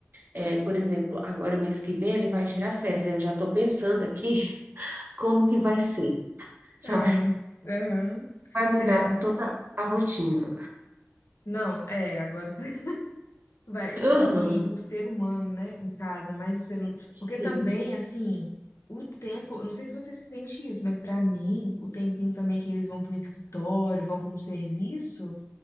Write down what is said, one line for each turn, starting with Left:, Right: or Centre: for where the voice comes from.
Right: É, por exemplo, agora mês que vem ele vai tirar férias. Eu já tô pensando aqui <laughs> como que vai ser, sabe?
Left: Aham, aham. Ou
Right: Vai
Left: seja,
Right: mudar toda a rotina.
Left: não, é, agora. <laughs> Vai, e,
Right: Aham,
Left: e o ser humano, né, em casa, mais o ser humano.
Right: sim.
Left: Porque também, assim, o tempo, eu não sei se você se sente isso, mas pra mim, o tempinho também que eles vão para um escritório, vão para um serviço,